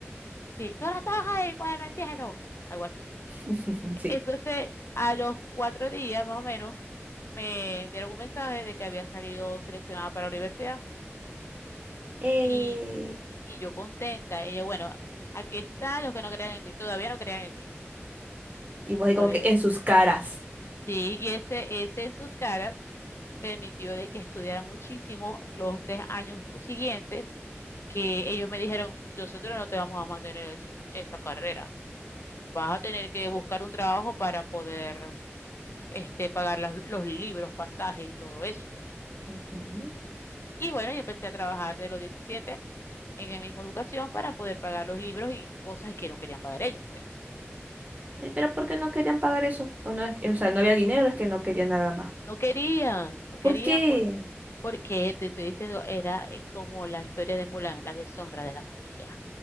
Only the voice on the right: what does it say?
Elizabeth! <laughs> Sí.
Eh,
Y vos ahí
como que en sus caras.
Ujú.
Ay, pero ¿por qué no querían pagar eso? O, no es o sea, no había dinero, es que no querían nada más.
¿Por qué?